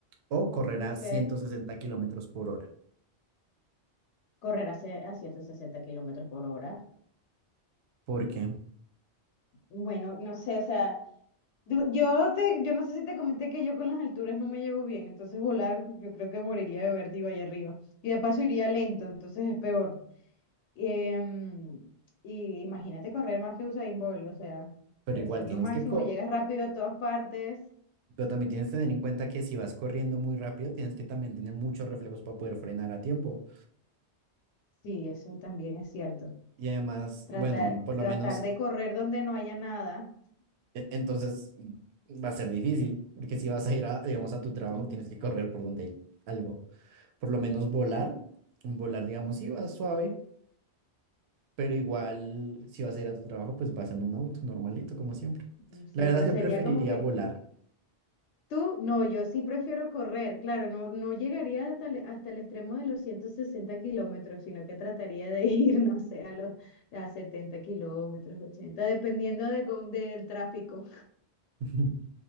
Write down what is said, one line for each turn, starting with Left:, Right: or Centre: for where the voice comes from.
Right: O correr
Left: Ok.
Right: a 160 kilómetros por hora.
Left: Correr a, ce- a 160 kilómetros por hora.
Right: ¿Por qué?
Left: Bueno, no sé, o sea, du- yo te, yo no sé si te comenté que yo con las alturas no me llevo bien, entonces volar yo creo que moriría de vértigo allá arriba. Y de paso iría lento, entonces es peor. Em, y imagínate correr más que Usain Bolt, o sea,
Right: Pero
Left: debe
Right: igual
Left: ser
Right: tienes
Left: lo máximo,
Right: que co-
Left: llegas rápido a todas partes.
Right: Pero también tienes que tener en cuenta que si vas corriendo muy rápido, tienes que también tener muchos reflejos para poder frenar a tiempo.
Left: Sí, eso también es cierto.
Right: Y además,
Left: Tratar,
Right: bueno, por lo
Left: tratar
Right: menos
Left: de correr donde no haya nada.
Right: e- entonces va a ser difícil, porque si vas a ir a, digamos, a tu trabajo,
Left: <laughs>
Right: tienes que correr por donde hay algo. Por lo menos volar, volar, digamos, sí vas suave, pero igual si vas a ir a tu trabajo, pues vas en un auto normalito, como siempre.
Left: No sé,
Right: La verdad,
Left: pero
Right: yo
Left: sería
Right: preferiría
Left: como que
Right: volar.
Left: Tú, no, yo sí prefiero correr, claro, no, no llegaría hasta el, hasta el extremo de los 160 kilómetros, sino que trataría de <laughs> ir, no sé, a los a 70 kilómetros, 80, dependiendo de, cómo- del tráfico.
Right: <laughs>